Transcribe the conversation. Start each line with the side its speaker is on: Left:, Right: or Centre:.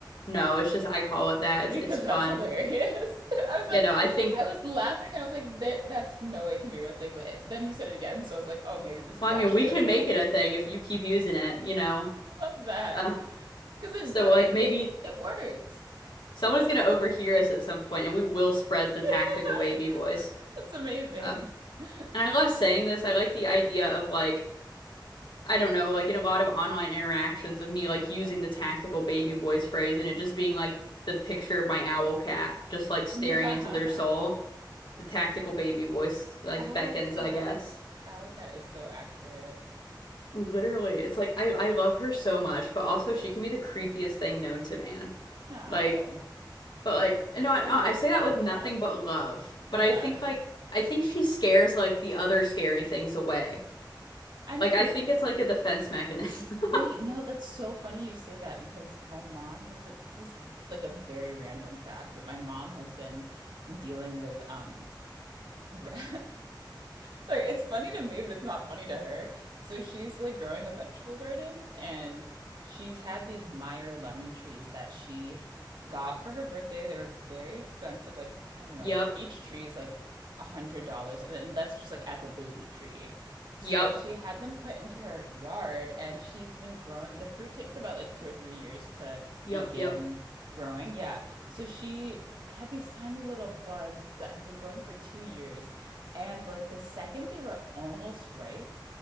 Left: no, it's just I call it that. It's
Right: Because
Left: it's fun.
Right: that's hilarious. <laughs> I was
Left: You
Right: like,
Left: know, I think.
Right: I was laughing and I was like, that that's no way it can be a real thing. But then you said it again, so I was like, oh, maybe this
Left: Well,
Right: is
Left: I
Right: actually
Left: mean, we can
Right: a real.
Left: make it a thing if you keep using it. You know.
Right: <laughs> Love that.
Left: Uh,
Right: Because it
Left: So
Right: does
Left: like
Right: it,
Left: maybe
Right: it it works.
Left: someone's gonna overhear us at some point and we will spread the tactical
Right: <laughs>
Left: baby voice.
Right: It's amazing.
Left: Uh,
Right: <laughs>
Left: and I love saying this. I like the idea of like I don't know, like in a lot of online interactions of me like using the tactical baby voice phrase and it just being like the picture of my owl cat just like staring
Right: Yeah.
Left: into their soul. The tactical baby voice like
Right: owl
Left: beckons,
Right: cat.
Left: I guess.
Right: Owl cat is so accurate.
Left: Literally, it's like I I love her so much, but also she can be the creepiest thing known to man.
Right: No.
Left: Like But like, no,
Right: I feel
Left: no,
Right: like
Left: I
Right: that's
Left: say that
Right: all
Left: with
Right: cats.
Left: nothing but love.
Right: Yeah.
Left: But I think like I think she scares like the other scary things away.
Right: I mean,
Left: Like I think it's like a defense mechanism.
Right: wait,
Left: <laughs>
Right: no, that's so funny you say that because my mom has been this is like a very random fact, but my mom has been dealing with um Ri- <laughs> Sorry, it's funny to me, but it's not funny to her. So she's like growing a vegetable garden and she's had these Meyer lemon trees that she got for her birthday. They were very expensive, like I don't know,
Left: Yep,
Right: like each tree is like a hundred dollars, and then that's just like as a baby tree. So
Left: yep,
Right: she had them put into her yard and she's been growing. The fruit takes about like two or three years to
Left: yep,
Right: begin
Left: yep.
Right: growing. Yeah. So she had these tiny little buds that have been growing for two years. And like the second they were almost ripe,